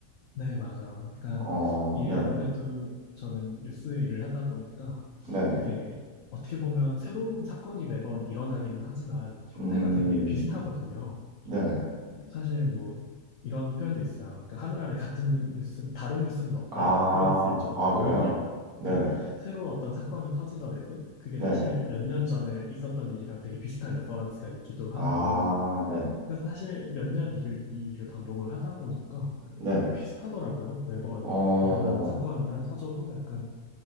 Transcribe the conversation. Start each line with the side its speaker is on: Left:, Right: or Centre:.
Left: 네, 맞아요. 약간
Right: 어,
Left: 일이
Right: 네네.
Left: 아무래도 저는 뉴스 일을 하다 보니까
Right: 네네.
Left: 되게 어떻게 보면 새로운 사건이 매번 일어나기는 하지만 형태가
Right: 음,
Left: 되게 비슷하거든요.
Right: 네네.
Left: 사실 뭐 이런 표현도 있어요. 그러니까 하늘 아래 같은 뉴스, 다른 뉴스는 없다라는
Right: 아,
Left: 표현이 있을 정도예요.
Right: 아, 그래요?
Left: 오히려.
Right: 네네.
Left: 그러니까 새로 어떤 사건이 터지더라도 그게
Right: 네네.
Left: 사실 몇 년 전에 있었던 일이랑 되게 비슷한 레퍼런스가 있기도 하고.
Right: 아, 네네.
Left: 그래서 사실 몇 년 일을 이 일을 반복을 하다 보니까
Right: 네네.
Left: 좀 비슷하더라고요. 매번
Right: 어,
Left: 일어나는 사건이나 터져도 약간